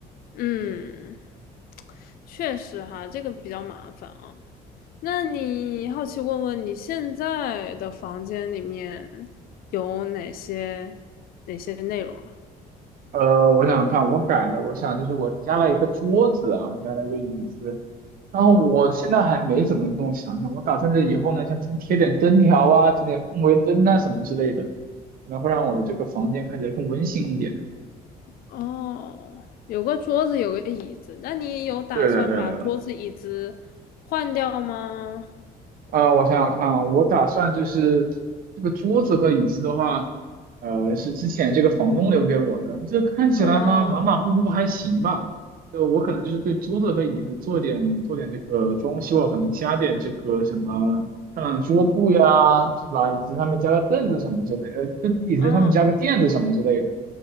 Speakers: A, on the left; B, on the right.
A: 嗯，确实哈，这个比较麻烦啊。那你好奇问问你现在的房间里面有哪些哪些内容啊？
B: 呃，我想想看我改了，我想就是我加了一个桌子啊，加了一个椅子，然后我现在还没怎么弄想想，我打算这以后呢，像贴贴点灯条啊，整点氛围灯啊什么之类的，可能会让我的这个房间看起来更温馨一点。
A: 哦，有个桌子，有个椅子，那你有打算把桌子、
B: 对的，对的，
A: 椅子换掉吗？
B: 啊、我想想看啊，我打算就是这个桌子和椅子的话，呃，是之前这个房东留给我的。这看起来嘛，
A: 哦，
B: 马马虎虎还行吧。就我可能就是对桌子和椅子做点做点这个装修啊，可能加点这个什么漂亮的桌布呀，是吧？椅子上面加个凳子什么之类呃，凳椅子上面加个垫子什么之类的。
A: 哦，